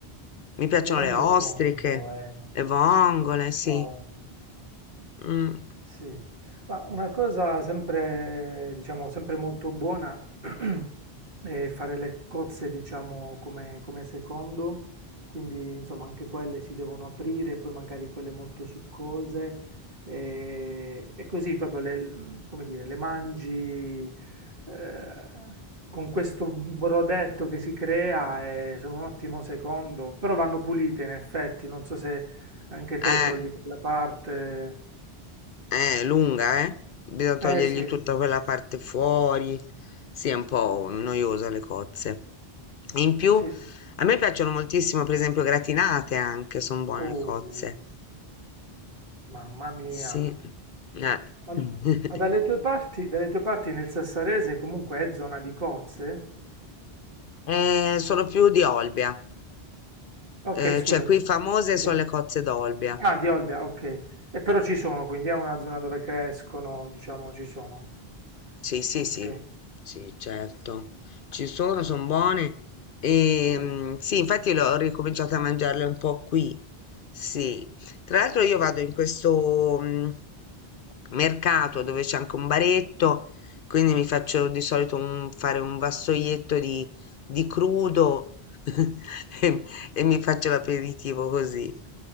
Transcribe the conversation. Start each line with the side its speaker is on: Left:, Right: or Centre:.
Left: Mi piacciono
Right: Mi rendo
Left: le ostriche,
Right: conto, eh.
Left: le vongole, sì.
Right: Wow.
Left: Mm.
Right: Sì, ma una cosa sempre, diciamo, sempre molto buona <clears throat> è fare le cozze, diciamo, come, come secondo, quindi insomma anche quelle si devono aprire, poi magari quelle molto succose e, e così proprio le, come dire, le mangi eh, con questo brodetto che si crea e sono un ottimo secondo, però vanno pulite in effetti, non so se anche te
Left: Eh,
Right: togli quella parte.
Left: Eh, lunga, eh? Bisogna togliergli
Right: Eh sì,
Left: tutta quella parte fuori. Sì, è un po' noiosa le cozze. In più,
Right: sì.
Left: a me piacciono moltissimo, per esempio, gratinate anche, sono buone
Right: Oh,
Left: le cozze.
Right: mamma mia.
Left: Sì. Eh.
Right: Ma,
Left: <laughs>
Right: ma dalle tue parti, dalle tue parti nel Sassarese comunque è zona di cozze?
Left: Eh, sono più di Olbia.
Right: Ok,
Left: Eh,
Right: scusami.
Left: cioè, qui famose
Right: Sì.
Left: sono le cozze d'Olbia.
Right: Ah, di Olbia, ok. E però ci sono, quindi è una zona dove crescono, diciamo, ci sono.
Left: Sì, sì,
Right: Ok.
Left: sì, sì, certo. Ci sono, sono buone. Ehm,
Right: Uh,
Left: sì, infatti l'ho ricominciato a mangiarle un po' qui. Sì. Tra l'altro io vado in questo mh, mercato dove c'è anche un baretto, quindi mi faccio di solito un- fare un vassoietto di, di crudo <laughs> e, e mi faccio l'aperitivo così.